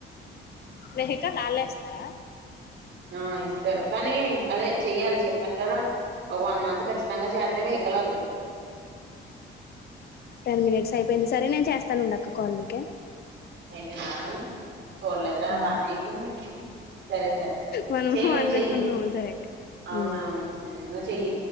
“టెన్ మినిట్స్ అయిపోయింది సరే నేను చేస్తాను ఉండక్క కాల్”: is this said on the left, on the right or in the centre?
Left